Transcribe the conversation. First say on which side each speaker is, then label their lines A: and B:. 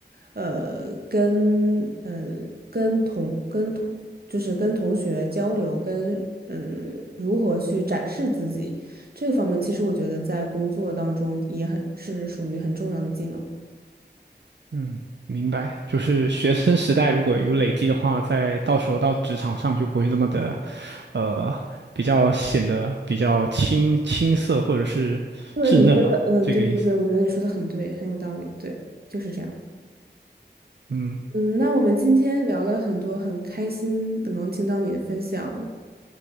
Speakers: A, on the right (about 60°); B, on the right (about 75°).
A: 呃，跟嗯，跟同跟同就是跟同学交流，跟嗯如何去展示自己这个方面，其实我觉得在工作当中也很是属于很重要的技能。
B: 嗯，明白。就是学生时代如果有累积的话，在到时候到职场上就不会这么的，呃，比较显得比较青青涩或者是稚嫩吧，
A: 对你说的，嗯，
B: 这个意思。
A: 对对对，我觉得你说的很对，很有道理，对，就是这样。
B: 嗯。
A: 嗯，那我们今天聊了很多，很开心能听到你的分享。